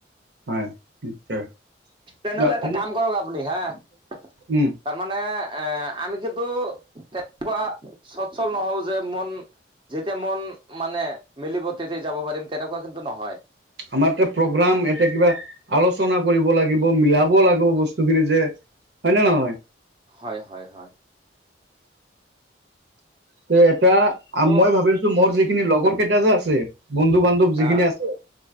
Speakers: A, on the right; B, on the right.
A: হয়, নিশ্চয়।
B: তেনেহ'লে
A: না,
B: এটা
A: উম
B: কাম কৰক আপুনি হাঁ তাৰমানে
A: উম,
B: এ-আমি কিন্তু তেনেকুৱা চচ্ছল নহল যে মন যেতিয়া মন মানে মিলিব তেতিয়াই যাব পাৰিম তেনেকুৱা কিন্তু নহয়।
A: আমাৰতে প্ৰগ্ৰাম এতে কিবা আলোচনা কৰিব লাগিব মিলাব লাগিব বস্তু খিনি যে হয়নে নহয়?
B: হয় - হয় - হয়
A: তে এটা আ
B: ত'
A: মই ভাবিছো মোৰ যিখিনি লগৰ কেইটা যে আছে বন্ধু বান টোপ
B: হা
A: যিখিনি আছে,